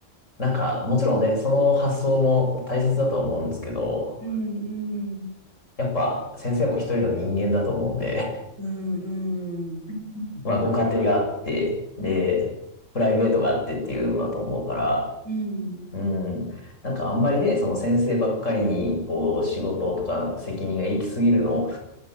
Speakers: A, on the left; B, on the right.
A: なんか、もちろんね、その発想も大切だと思うんですけど、
B: うん。
A: やっぱ先生も一人の人間だと思うんで、
B: うん。うん。うん。うん。
A: <laughs> まあご家庭があって、で、
B: うん。
A: プライベートがあってっていうのだと思うから、
B: うん、
A: うん。なんかあんまりね、その先生ばっかりに、こう、仕事とか責任が行き過ぎるの